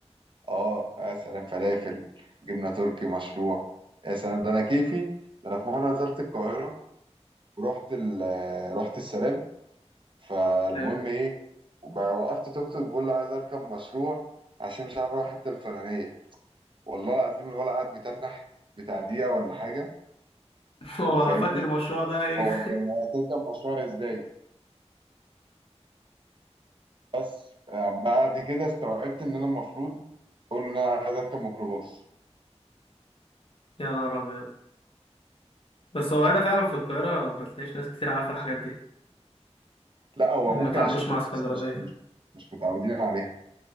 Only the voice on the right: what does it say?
اه يا سلام فلافل جبنه تركي مشروع يا سلام ده انا كيفي ده انا في مره نزلت القاهره ورحت ال رحت السلام فالمهم
ايه وبقى وقفت توك توك بقول له عايز اركب مشروع عشان مش عارف اروح الحته الفلانيه والله العظيم الولد قعد متنح بتاع دقيقه ولا حاجه
وفاهمني
هو يعني هتركب مشروع ازاي بس آه، بعد كده استوعبت ان انا المفروض اقول له ان انا عايز اركب ميكروباص
لا هو
ممكن
عشان انتوا
بس مش مش مش متعودين عليها